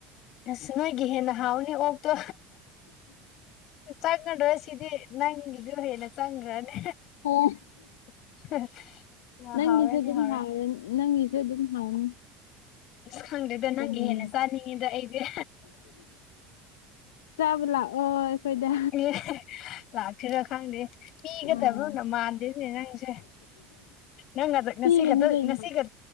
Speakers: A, on the left; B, on the left.
A: ꯑꯁ ꯅꯣꯏꯒꯤ ꯍꯦꯟꯅ ꯍꯥꯎꯅꯤ ꯑꯣꯞꯇꯣ ꯆꯪꯒꯗ꯭ꯔꯣ ꯁꯤꯗꯤ ꯅꯪꯒꯤꯗꯨꯣ ꯍꯦꯟꯅ ꯆꯪꯈ꯭ꯔꯅꯦ
B: ꯑꯣ
A: <unintelligible> ꯑ
B: ꯅꯪꯒꯤꯁꯨ
A: ꯍꯥꯎꯔꯅꯤ
B: ꯑꯗꯨꯝ
A: ꯍꯥꯎꯔꯅꯤ
B: ꯅꯪꯒꯤꯁꯨ ꯑꯗꯨꯝ ꯍꯥꯎꯅꯤ
A: ꯑꯁ ꯈꯪꯗꯣꯏꯗ ꯅꯪꯒꯤ
B: ꯆꯝꯅ
A: ꯍꯦꯟꯅ ꯆꯥꯅꯤꯡꯉꯤꯗ ꯑꯩꯁꯦ
B: ꯆꯥꯕ ꯂꯥꯛꯑꯣ ꯑꯩꯈꯣꯏꯗ
A: ꯑꯦ ꯂꯥꯛꯀꯔꯣ ꯈꯪꯗꯦ ꯄꯤꯒꯗꯕꯅ
B: ꯑꯥ
A: ꯃꯥꯟꯗꯦꯅꯦ ꯅꯪꯁꯦ ꯅꯪ ꯑꯗ
B: ꯄꯤꯒꯅꯤ
A: ꯅ ꯁꯤꯒ
B: ꯀꯩꯅꯣ
A: ꯅ ꯁꯤꯒ